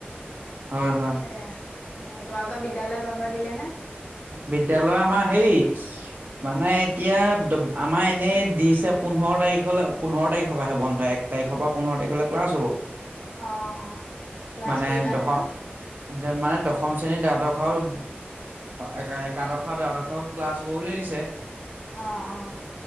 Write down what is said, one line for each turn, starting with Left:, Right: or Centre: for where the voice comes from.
Right: হয়, হয়।
Left: এয়া অ' তোমালোকৰ বিদ্যালয় বন্ধ দিলে নে?
Right: বিদ্যালয় আমাৰ হেৰি মানে এতিয়া আমাৰ এনেই দিছে, পোন্ধৰ তাৰিখৰ লৈ পোন্ধৰ তাৰিখ পৰাহে বন্ধ এক তাৰিখ পৰা পোন্ধৰ তাৰিখৰলৈ ক্লাছ হ'ব।
Left: অ', অ', অ'। ক্লাছ
Right: মানে
Left: কৰিবা
Right: দশম
Left: নহয়।
Right: মানে দশম শ্ৰেণীৰ, দ্বাদশ আৰু একা-একাদশৰ দ্বাদশৰ ক্লাছ হ'ব বুলি দিছে।
Left: অ', অহ'।